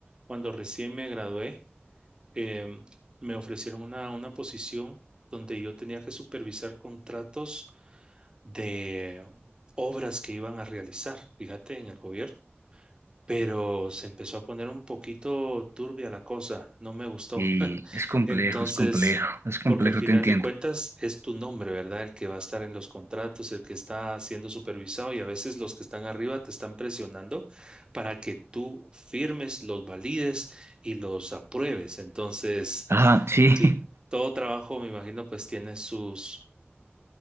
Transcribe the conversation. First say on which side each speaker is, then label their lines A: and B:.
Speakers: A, on the right; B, on the right.
A: cuando recién me gradué, em, me ofrecieron una, una posición donde yo tenía que supervisar contratos de obras que iban a realizar, fíjate, en el gobierno. pero se empezó a poner un poquito turbia la cosa, no me gustó.
B: Y
A: <laughs>
B: es complejo,
A: Entonces,
B: es complejo, es complejo,
A: porque al final
B: te entiendo.
A: de cuentas es tu nombre, ¿verdad? El que va a estar en los contratos, el que está siendo supervisado y a veces los que están arriba te están presionando para que tú firmes, los valides y los apruebes. Entonces,
B: Ajá, sí,
A: si todo trabajo, me imagino, pues tiene sus,